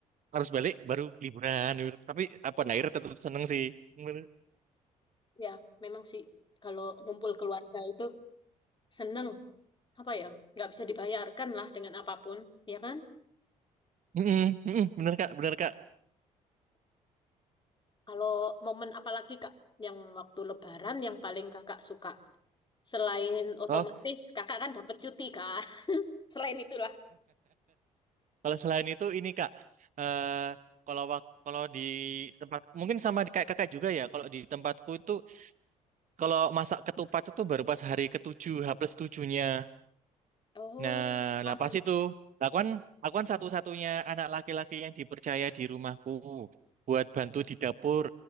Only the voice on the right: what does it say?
harus balik, baru liburan. gitu. Tapi apa akhirnya tetap seneng sih. Bener,
Mm-mm, mm-mm, bener kak, bener kak.
Oh,
kalau selain itu ini kak, eh kalau wak- kalau di tempat mungkin sama kayak kakak juga ya. Kalau di tempatku itu kalau masak ketupat itu baru pas hari ketujuh, H plus tujuhnya.
Nah,
lah pas itu, lah aku kan, aku kan satu-satunya anak laki-laki yang dipercaya di rumahku buat bantu di dapur.